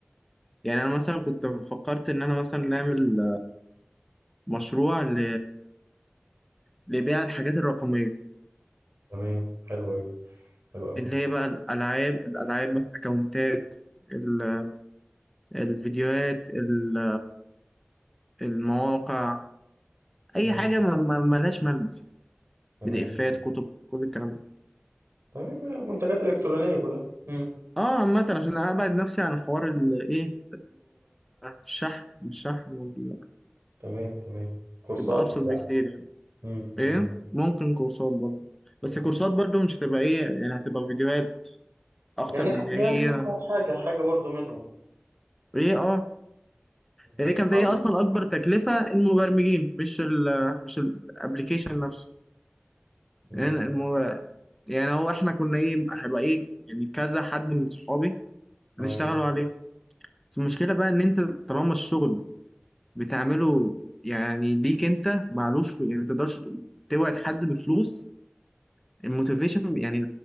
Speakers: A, in the centre; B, on the right (about 80°).
A: يعني انا مثلا كنت فكرت ان انا مثلا نعمل مشروع ل... لبيع الحاجات الرقميه
B: تمام حلو أوي حلو أوي
A: اللي هي بقى الالعاب الالعاب مثلا اكونتات ال- الفيديوهات ال- المواقع اي
B: مم.
A: حاجه ما ما- ملهاش ملمس يعني
B: تمام
A: بي دي افات كتب كل الكلام ده
B: تمام منتجات إلكترونية كلها مم.
A: اه عامه عشان ابعد نفسي عن حوار الايه الشحن الشحن وال-
B: تمام تمام كورسات
A: تبقى ابسط
B: بتاع
A: بكتير يعني
B: مم.
A: ايه
B: مم.
A: ممكن كورسات برضه
B: مم.
A: بس الكورسات برضه مش هتبقى ايه يعني هتبقى فيديوهات اكتر
B: يعني ح-
A: من هي
B: يعني هو حاجة حاجة برضو منهم
A: ايه اه
B: مم.
A: هي كانت
B: عظيم
A: هي اصلا اكبر تكلفه المبرمجين مش ال مش الابلكيشن نفسه
B: مم.
A: يعني المب... يعني هو احنا كنا ايه هيبقى ايه يعني كذا حد من صحابي
B: تمام
A: هنشتغلوا عليه بس المشكلة بقى إن أنت طالما الشغل بتعمله يعني ليك أنت معلوش في يعني متقدرش توعد حد بفلوس الموتيفيشن يعني